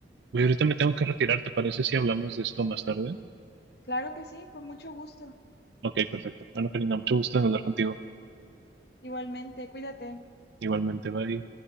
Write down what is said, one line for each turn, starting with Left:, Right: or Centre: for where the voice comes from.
Right: güey, ahorita me tengo que retirar, ¿te parece si hablamos de esto más tarde?
Left: Claro que sí, con mucho gusto.
Right: Ok, perfecto. Bueno, Karina, mucho gusto en hablar contigo.
Left: Igualmente, cuídate.
Right: Igualmente, bye.